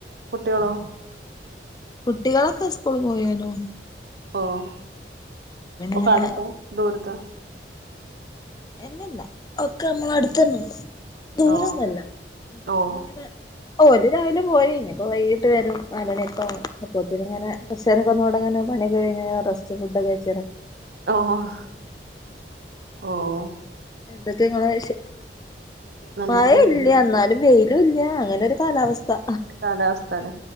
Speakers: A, on the right; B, on the left.
A: കുട്ട്യാളോ
B: കുട്ടികളൊക്കെ സ്കൂള് പോയേനു
A: ഓഹ് ഒക്കെ
B: ഇങ്ങനെ
A: അട്ത്താ ദൂരെത്താ
B: എല്ലല്ലാ ഒക്കെ നമ്മളെ അട്ത്തെന്നാെണ്ട് ദൂരൊന്നല്ല
A: ഓ
B: അപ്പം
A: ഓ
B: പിന്നെങ്ങനെ ഓല് രാവിലെ പോയെയ്ഞ്ഞ് അപ്പൊ വൈകീട്ട് വെരും നാലണ്യൊക്കാവും അപ്പോത്ത്ന്ങ്ങനെ കൊർച്ചേരൊക്കൊന്ന് വടെങ്ങെനെ പണിയൊക്കെ കഴിഞ്ഞ്ങ്ങെനെ റസ്റ്റ് ഫുഡൊക്കെയ്ച്ചേര
A: ആഹ് ഓഹ്
B: എന്തൊക്കെങ്ങളെ വിശേഷ്
A: നല്ല
B: മഴല്ല്യാ
A: വിശേ-
B: ന്നാലും വെയ് ലുല്ല്യാ അങ്ങനൊരു കാലാവസ്ഥാ
A: കാലാവസ്ത ലേ